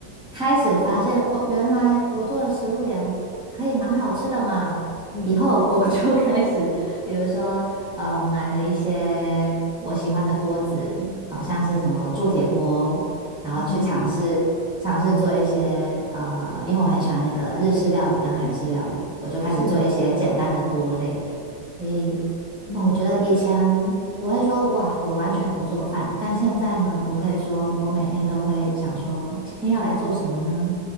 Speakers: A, in the centre; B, on the left.
A: 开始发现哦，原来我做的食物也可以蛮好吃的嘛。
B: 嗯
A: 以后我就 <laughs> 开始，比如说呃，买了一些我喜欢的锅子，好像是什么铸铁锅。然后去尝试尝试做一些呃，
B: 嗯哼，
A: 因为我很喜欢那个日式料理跟韩式料理，我就开始做一些简单的锅类。
B: 是，
A: 所以，
B: 嗯哼，
A: 哇，我觉得以前我会说哇，我完全不做饭，但现在呢，我可以说我每天都会想说今天要来做什么呢？